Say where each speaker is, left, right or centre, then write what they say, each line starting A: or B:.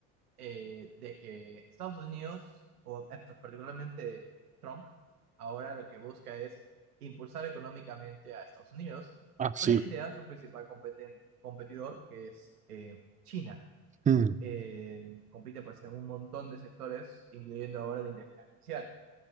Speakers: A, on the right; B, on the right.
A: eh, de que Estados Unidos, o eh, particularmente Trump, ahora lo que busca es impulsar económicamente a Estados Unidos
B: Ah, sí.
A: frente a su principal competen- competidor, que es eh, China.
B: Mm,
A: eh, compite pues en un montón de sectores, incluyendo ahora la inteligencia artificial.